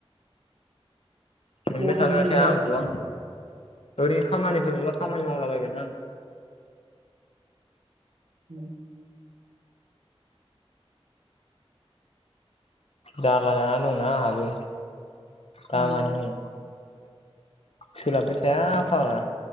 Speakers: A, on the left; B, on the right.
A: मोनबाय
B: अबाव
A: थांगोन ना
B: नोंलाय
A: थाया आंखौ आं ओरै खामानिफोर मोनबा खामानि मावलाबायगोन आं।
B: उम।
A: जारला जानानै दंना आंहाबो
B: उम
A: दामानि। सोलाबबाय थाया फाग्ला